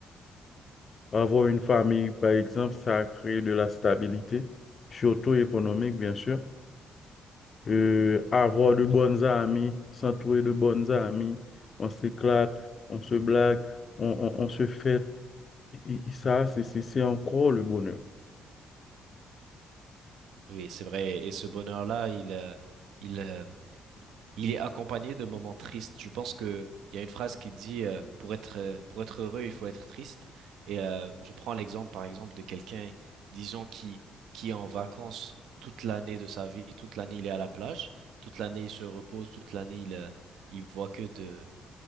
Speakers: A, on the left; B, on the right.
A: Avoir une famille, par exemple, ça crée de la stabilité, surtout économique, bien sûr. Euh, avoir de bonnes amies, s'entourer de bonnes amies, on s'éclate, on se blague, on, on, on se fête. Et, et ça, c'est c'est- c'est encore le bonheur.
B: Oui, c'est vrai. Et ce bonheur-là, il euh, il euh, il est accompagné de moments tristes. Je pense que il y a une phrase qui dit euh, pour être euh, pour être heureux, il faut être triste. Et euh, je prends l'exemple par exemple de quelqu'un, disons qui qui est en vacances toute l'année de sa vie, toute l'année il est à la plage, toute l'année il se repose, toute l'année il euh, il voit que de